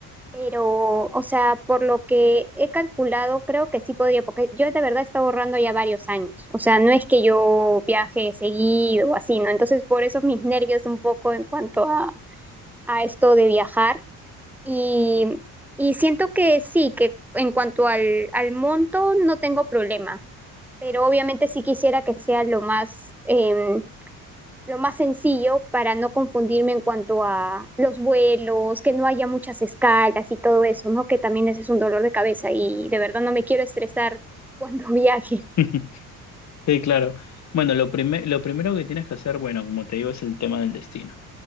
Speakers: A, in the centre; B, on the left.
A: pero, o sea, por lo que he calculado, creo que sí podría, porque yo de verdad he estado ahorrando ya varios años, o sea, no es que yo viaje seguido o así, ¿no? Entonces, por eso mis nervios un poco en cuanto a, a esto de viajar, Y, y siento que sí, que en cuanto al, al monto no tengo problema, pero obviamente sí quisiera que sea lo más, em, lo más sencillo para no confundirme en cuanto a los vuelos, que no haya muchas escalas y todo eso, ¿no? Que también ese es un dolor de cabeza y de verdad no me quiero estresar cuando <laughs> viaje.
B: <laughs> Sí, claro. Bueno, lo primer- lo primero que tienes que hacer, bueno, como te digo, es el tema del destino.